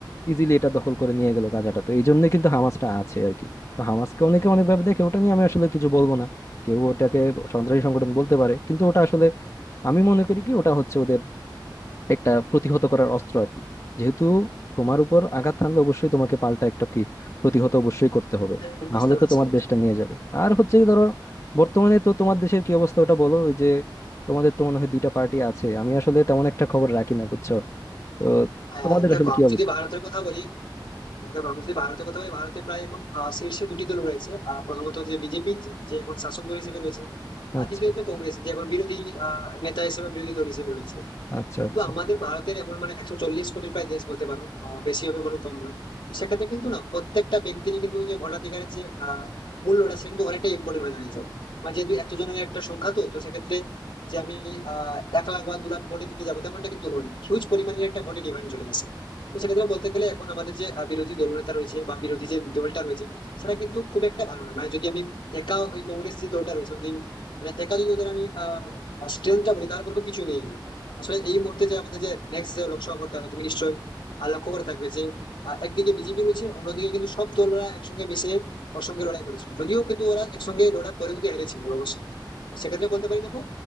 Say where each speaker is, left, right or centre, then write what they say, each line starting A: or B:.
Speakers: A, on the left; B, on the left.
A: ইজিলি এটা দখল করে নিয়ে গেল গাজাটা তো এই জন্য কিন্তু হামাসটা আছে আর কি তো হামাসকে অনেকে অনেকভাবে দেখে ওটা নিয়ে আমি আসলে কিছু বলবো না কেউ ওটাকে সন্ত্রাসী সংগঠন বলতে পারে কিন্তু ওটা আসলে আমি মনে করি কি ওটা হচ্ছে ওদের একটা প্রতিহত করার অস্ত্র আর কি যেহেতু তোমার উপর আঘাত হানলে অবশ্যই তোমাকে পাল্টা একটা কি প্রতিহত অবশ্যই করতে হবে
B: হ্যাঁ,
A: না
B: বুঝতে
A: হলে
B: পারছো
A: তো তোমার দেশটা নিয়ে যাবে আর হচ্ছে কি ধরো বর্তমানে তো তোমার দেশের কি অবস্থা ওটা বলো ওই যে তোমাদের তো মনে হয় দুইটা পার্টি আছে আমি আসলে তেমন একটা খবর রাখি না বুঝছো তো
B: হ্যাঁ
A: তোমাদের
B: দেখো
A: আসলে কি
B: আমি
A: অবস্থা
B: যদি ভারতের কথা বলি তবে বাংলাদেশে ভারতের কথা হয় ভারতে প্রায় এখন আহ, শীর্ষে দুটি দল রয়েছে আহ, প্রথমত যে বিজেপি যে এখন শাসক দল হিসেবে রয়েছে আর
A: আচ্ছা
B: দ্বিতীয়ত কংগ্রেস যে এখন বিরোধী আহ, নেতা হিসেবে বিরোধী দল হিসেবে রয়েছে
A: আচ্ছা
B: কিন্তু
A: আচ্ছা
B: আমাদের ভারতের এমন মানে একশো চল্লিশ কোটির প্রায় দেশ বলতে পারো আহ, বেশি হবে কোনো কম না তো সেক্ষেত্রে কিন্তু না প্রত্যেকটা ব্যক্তিরই কিন্তু যে ভোটাধিকারের যে আহ, মূল্যটা সেটা কিন্তু অনেকটাই ইম্পর্টেন্ট হয়ে দাঁড়িয়েছে আমার যেহেতু এত জনের একটা সংখ্যা তো তো সেক্ষেত্রে যে আমি আহ এক লাখ বা দু লাখ ভোটে দিতে যাবো তেমনটা কিন্তু নয় হিউজ পরিমাণের একটা ভোটে ডিমান্ড চলে আসে তো সেক্ষেত্রে বলতে গেলে এখন আমাদের যে আহ, বিরোধী দলনেতা রয়েছে বা বিরোধী যে দলটা রয়েছে সেটা কিন্তু খুব একটা ভালো নয় মানে যদি আমি একা ওই কংগ্রেস যে দলটা রয়েছে ওদের মানে একা যদি ওদের আমি আহ স্ট্রেংথটা বলি তাহলে বলবো কিছুই নেই আমি। আসলে এই মুহূর্তে যে আমাদের যে নেক্সট যে লোকসভা ভোটটা হলো, তুমি নিশ্চয়ই আহ, লক্ষ্য করে থাকবে যে আহ, একদিকে বিজেপি রয়েছে অন্যদিকে কিন্তু সব দলরা একসঙ্গে মিশে ওর সঙ্গে লড়াই করেছিল যদিও কিন্তু ওরা একসঙ্গে লড়াই করে কিন্তু হেরেছিল অবশ্যই তো সেক্ষেত্রে বলতে পারি দেখো